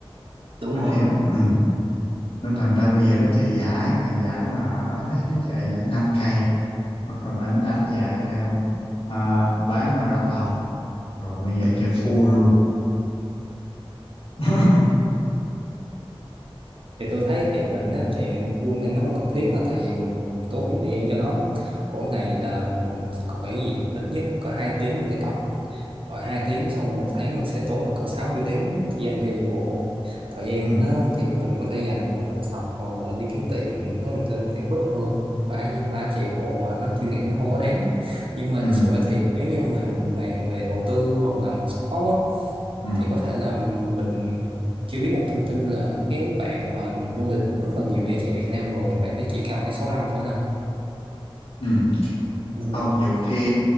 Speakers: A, on the right; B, on the left.
A: đúng
B: nó
A: rồi
B: thế ừ. nên thành ra bây giờ nó chạy giải mà giải mà hồi đó thấy nó chạy giải 5 cây à bắt đầu ảnh ảnh chạy theo à, bán marathon rồi bây giờ
A: Ừ.
B: chơi full luôn <laughs>
A: thì tôi thấy thì là nếu chạy full thì nó không cần thiết nữa tại vì mình tốn nhiều thời gian cho nó mỗi ngày là mình còn phải gì ít nhất còn có hai tiếng để tập rồi hai tiếng xong rồi một tháng mình sẽ tốn khoảng cỡ 60 tiếng chỉ dành cho chạy bộ thời gian
B: ừ.
A: nó thì mình có thể dành học tập hoặc là đi kiếm tiền nó tôi còn thấy quýt hơn ba với ba chạy bộ mà nó chuyên nghiệp nó không có đáng nhưng mà
B: Ừ.
A: thực sự ra thì nếu như mà mình bàn về đầu tư hoặc là sport á,
B: Ừ.
A: thì có thể là mình chưa biết một thông tin là cái bạn mà vô địch rất là nhiều giải chạy Việt Nam rồi bạn ấy chỉ cần mấy sáu năm thôi đâu
B: Ừ.
A: ừ.
B: không nhiều khi